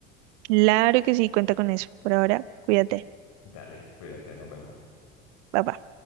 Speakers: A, on the right; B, on the left.
A: Claro que sí, cuenta con eso. Por ahora, cuídate.
B: Dale, cuídate, nos vemos.
A: Bye bye.